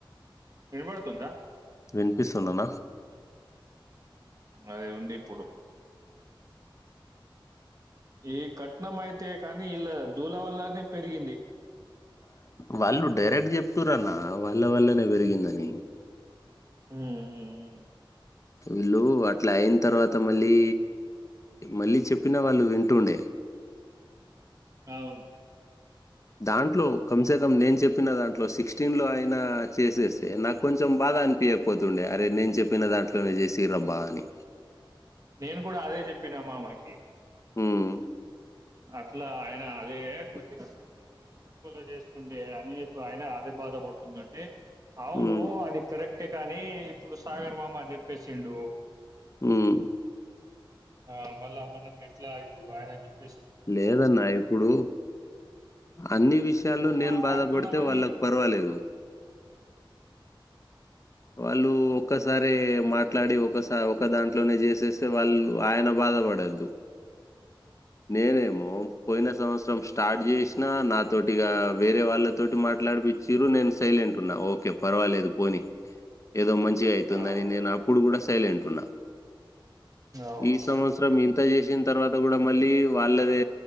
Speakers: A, on the right; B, on the left.
A: వినపడుతుందా
B: వినిపిస్తుంది అన్న
A: అదిే ఉంది ఇప్పుడు ఈ కట్నం అయితే కానీ ఇళ్ళ ధూల వల్లనే పెరిగింది
B: వాళ్ళు డైరెక్ట్ చెప్తురన్న వాళ్ళ వల్లనే పెరిగిందని
A: హ్మ్. హ్మ్. హ్మ్.
B: వీళ్ళు అట్లా అయిన తర్వాత మళ్ళీ మళ్ళీ చెప్పినా వాళ్ళు వింటుండే
A: అవును
B: దాంట్లో కంసేకం నేను చెప్పిన దాంట్లో సిక్స్టీన్ లో అయినా చేసేస్తే నాకు కొంచెం బాధ అనిపించకపోతుండే అరే నేను చెప్పిన దాంట్లోనే చేసిరు అబ్బా అని
A: నేను కూడా అదే చెప్పినా మామకి
B: హమ్
A: అట్లా ఆయన అదే కొద్ది రకట్ల తక్కువలో చేస్తుండే అని ఆయన అదే బాధ పడుతుందంటె అవును
B: ఉమ్,
A: అది కరెక్టే కానీ ఇప్పుడు సాగర్ మామ చెప్ప చేసిండు
B: హమ్
A: ఆ మల్లా మనం ఎట్లా ఇప్పుడు ఆయన చె
B: లేదన్న ఇప్పుడు అన్ని విషయాల్లో
A: నువ్వు
B: నేను
A: మాట్లాడుతున్నావని
B: బాధపడితే వాళ్ళకు పర్వాలేదు వాళ్ళు ఒక్కసారిమాట్లాడి ఒకసారి ఒక దాంట్లోనే చేసేస్తే వాళ్ళు ఆయన బాధపడద్దు నేనేమో పోయిన సంవత్సరం స్టార్ట్ చేసినా నాతోటిగా వేరే వాళ్ళతోటి మాట్లాడిపిచ్చిరు నేను సైలెంట్ ఉన్నా ఓకే పర్వాలేదు పోని ఏదో మంచి వ్ అయితుందని
A: ఆ
B: నేను అప్పుడు కూడా సైలెంట్ ఉన్నా
A: అవును
B: ఈ సంవత్సరం ఇంత ఇంత చేసిన తర్వాత కూడా మళ్ళీ వాళ్ళదే